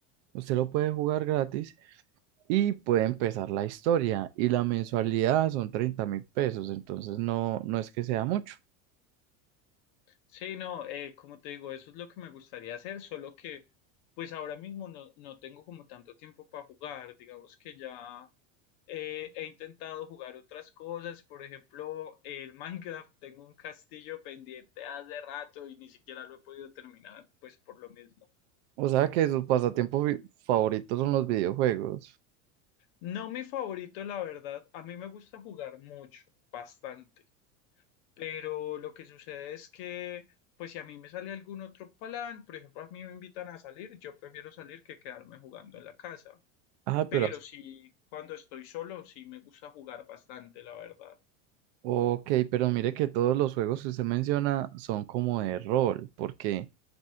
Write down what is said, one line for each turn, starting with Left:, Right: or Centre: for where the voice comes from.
Right: Usted lo puede jugar gratis y puede empezar la historia. Y la mensualidad son treinta mil pesos, entonces no, no es que sea mucho.
Left: Sí, no, eh, como te digo, eso es lo que me gustaría hacer, solo que pues ahora mismo no, no tengo como tanto tiempo para jugar, digamos que ya eh, he intentado jugar otras cosas, por ejemplo, el Minecraft, tengo un castillo pendiente hace rato y ni siquiera lo he podido terminar, pues por lo mismo.
Right: O sea que sus pasatiempos fi- favoritos son los videojuegos.
Left: No mi favorito, la verdad. A mí me gusta jugar mucho, bastante. Pero lo que sucede es que, pues si a mí me sale algún otro plan, por ejemplo, a mí me invitan a salir, yo prefiero salir que quedarme jugando en la casa.
Right: Ah, pero
Left: Pero sí, cuando estoy solo, sí me gusta jugar bastante, la verdad.
Right: Ok, pero mire que todos los juegos que usted menciona son como de rol, porque